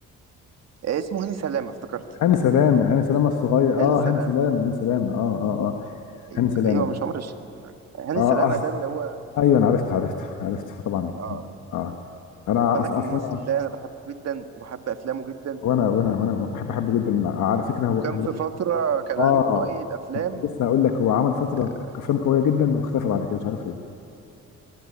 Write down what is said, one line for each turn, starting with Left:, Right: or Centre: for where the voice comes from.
Right: اسمه هاني سلامه افتكرت
Left: هاني سلامه هاني سلامه الصغير
Right: هاني
Left: اه
Right: سلامه
Left: هاني سلامه هاني سلامه اه اه اه
Right: ايوه
Left: هاني سلامه
Right: ايوه مش عمر الشريف يا راجل هاني
Left: اه
Right: سلامه
Left: أص...
Right: ده اللي هو
Left: ايوه انا عرفت عرفت عرفت طبعا
Right: اه
Left: اه انا
Right: خد بالك
Left: اصلا
Right: الممثل
Left: اصلا
Right: ده انا بحبه جدا وبحب افلامه جدا
Left: وانا وانا وانا بحب بحبه جدا على فكره هو
Right: وكان
Left: هو
Right: في فترة كان
Left: اه
Right: عامل شوية أفلام
Left: لسه هقول لك هو عمل فتره
Right: آه
Left: افلام قويه جدا واختفى بعد كده مش عارف ليه